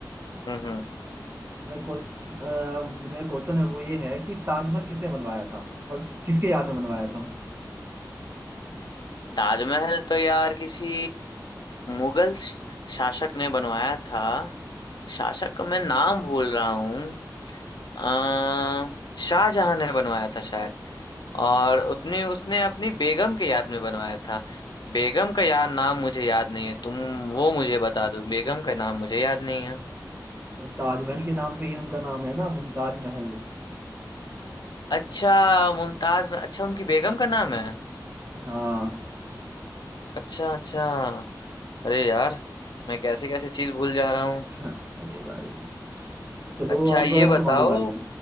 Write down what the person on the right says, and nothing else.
अ, क्वेश्च- अ, जो मेरा क्वेश्चन है वो ये है कि ताजमहल किसने बनवाया था और किसके याद में बनवाया था
और ताजमहल के नाम पे ही उनका नाम है ना मुमताज महल
हाँ
<laughs> अरे भाई चलो
अब
तुम्हारी बारी है